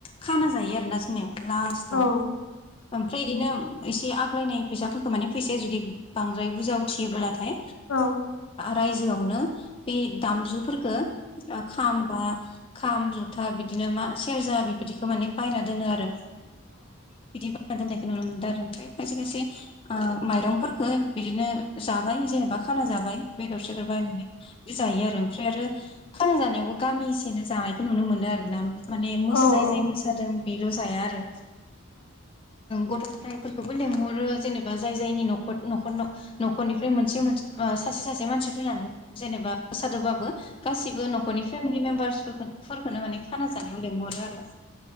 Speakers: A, on the left; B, on the left.
A: खाना जायो आरोना जोंनिया लास्टाव
B: औ
A: ओमफ्राय यिदिनो एसे आग्लायनाय फैसाफोरखौ माने फैसाया जुदि बांद्राय बुजावथियोब्लाथाय
B: औ
A: रायजोआवनो बे दामजुफोरखो खामबा खाम जथा बिदिनो मा सेरजा बि बिदिखौ माने बायना दोनो आरो बिदि बायना दोननायखौ नुनो मोनदों आरो ओमफ्राय खायसे खायसे माइरंफोरखो बिदिनो जाबाय जेनेबा खाना जाबाय बेदर सदर बायनानै बे जायो आरो ओमफ्राय आरो खाना जानायावबो गामिसेनो जानायखौ नुनो मोनो आर ना माने म
B: औ
A: जाय जाय मोसादों बेल जाया आरो गथ फोरखौबो लेंहरो जेनेबा जाय जायनि नख नखर न'खरनिफ्राय मोनसे सासे सासे मानसि फैनानै जेनेबा मोसादोबाबो गाससिबो न'खरनि फेमिलि मेम्बार्सफोरखौनो माने खाना जानायाव लेंहरो आरो